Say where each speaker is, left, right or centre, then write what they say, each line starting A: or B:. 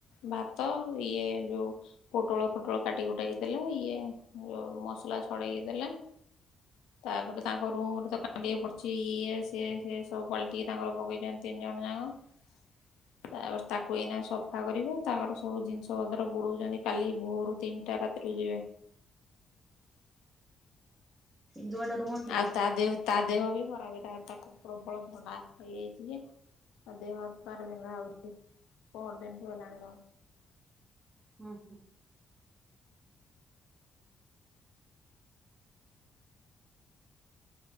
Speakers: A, on the left; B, on the right.
A: ଭାତ ଇଏ ଯୋଉ ପୋଟଳ ଫୋଟଳ କାଟି କୁଟେଇକି ଦେଲେ ଇ ଇଏ ଯୋଉ ମସଲା ଛଡେଇକି ଦେଲେ। ତା ପରେ ତାଙ୍କ ରୁମ୍ ରେ ତ ପାଣି ଟିକେ ପଡୁଛି ଇଏ ସିଏ ସିଏ ସବୁ ପାଣି ସବୁ ପକେଇଛନ୍ତି ତିନି ଜଣ ଯାକ। <inaudible> ତାପରେ ତାକୁ ଏଇନା ସଫା କରିବୁ ତାଙ୍କର ସବୁ ଜିନିଷ ପତ୍ର ବୁଡଉଛନ୍ତି କାଲି ଭୋରୁ ତିନି ଟା ରାତିରୁ ଯିବେ।
B: ଯୁଆଡେ ରୁହନ୍ତି
A: ଆଉ ତା ଦେହ ତା ଦେହ ବି ଖରାପ ହେଲା ତାକୁ ପ୍ରବଳ ଥଣ୍ଡା ହେଇଯାଇଛି ଯେ। ଦେହ ହାତ ତାର ବିନ୍ଧା ହଉଛି ପହର ଦିନ ଠୁ ହେଲାଣି
B: ହୁଁ ହୁଁ।